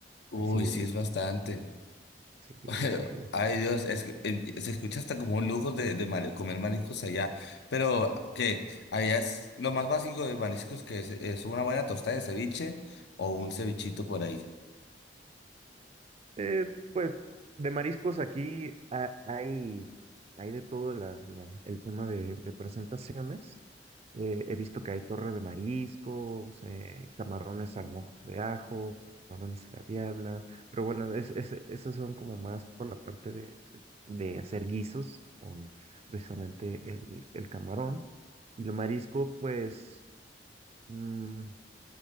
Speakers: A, on the left; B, on the right.
A: Uy,
B: así de,
A: sí es bastante.
B: sí,
A: <laughs>
B: sí, sí.
A: Ay Dios, es, eh, se escucha hasta como un lujo de, de mare- comer mariscos allá, pero que allá es lo más básico de mariscos que es, es una buena tostada de ceviche o un cevichito por ahí.
B: Eh, pues de mariscos aquí ah, hay, hay de todo la- la- el tema de, de presentaciones, Eh, he visto que hay torre de mariscos, eh, camarones al mojo de ajo, camarones a la diabla, pero bueno, es, es- esos son como más por la parte de, de hacer guisos con precisamente el, el camarón. Y lo marisco, pues, mm,